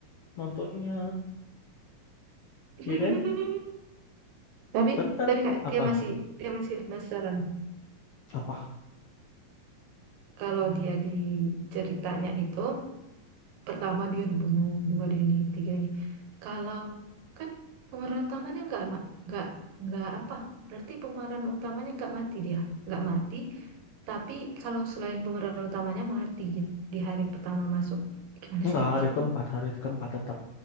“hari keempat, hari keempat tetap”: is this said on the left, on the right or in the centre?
Left